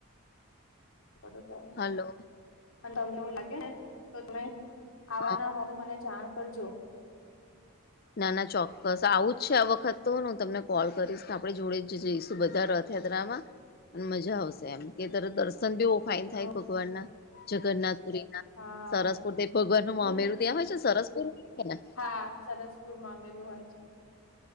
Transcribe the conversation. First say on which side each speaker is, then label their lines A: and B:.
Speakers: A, on the left; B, on the left.
A: હ છે. ત્યારે
B: હાલો
A: અને તમને એવું લાગે તો તમે. આવા
B: હ
A: ના હોય મને જાણ કરજો.
B: ના ના ચોક્કસ આવું જ છે આ વખત તો હું તમને કોલ કરીશ ને આપણે જોડે જ જઈશું બધા ર. યાત્રામાં અને મજા આવશે એમ. કે તર દર્શન બી ફાાઈન થાય
A: ઓકે
B: ભગવાન ના જગન્નાથપુરી ના.
A: હા
B: સરસપુર તો એક ભગવાન નું
A: એટલે
B: મામેરું
A: ને
B: ત્યાં હોય છે સરસપુર ને.
A: હા સરસપુરમાં અમેરું હોય છે.